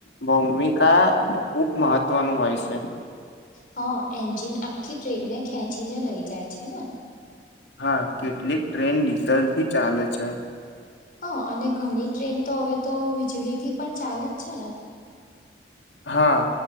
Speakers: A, on the left; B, on the left.
A: ભૂમિકા ખુબ મહત્વનું હોય છે.
B: હ એન્જિન આખી ટ્રેનને ખેંચીને લઈ જાય છે ને.
A: હા કેટલીક ટ્રેન ડીઝલ થી ચાલે છે.
B: હા અને ઘણી ટ્રેન તો હવે તો વીજળીથી પણ ચાલે જ છે ને. <inaudible>
A: હા